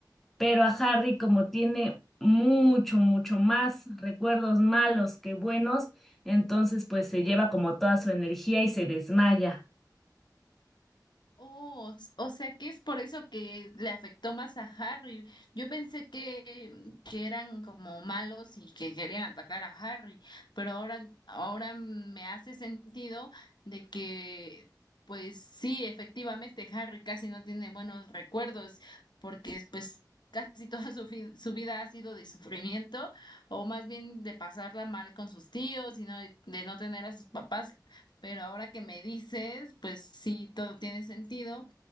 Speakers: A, in the centre; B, on the left.
A: Pero a Harry, como tiene mucho, mucho más recuerdos malos que buenos, entonces pues se lleva como toda su energía y se desmaya.
B: Oh, s- o sea que es por eso que le afectó más a Harry. Yo pensé que, que eran como malos y que querían atacar a Harry, pero ahora, ahora me hace sentido de que, pues sí, efectivamente Harry casi no tiene buenos recuerdos porque pues casi toda su, fi- su vida ha sido de sufrimiento o más bien de pasarla mal con sus tíos y no, de no tener a sus papás. Pero ahora que me dices, pues sí, todo tiene sentido